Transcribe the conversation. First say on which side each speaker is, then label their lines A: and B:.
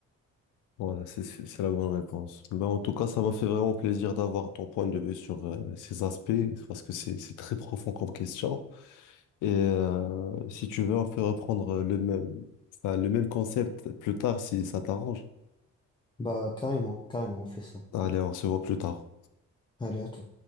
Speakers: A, on the left; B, on the left.
A: Voilà, c'est c'est- c'est la bonne réponse. Ben, en tout cas, ça m'a fait vraiment plaisir d'avoir ton point de vue sur euh, ces aspects, parce que c'est c'est très profond comme question. Et euh, si tu veux, on peut reprendre le même, enfin, le même concept plus tard si ça t'arrange.
B: Bah carrément, carrément, on fait ça.
A: Allez, on se voit plus tard.
B: Allez, à tout.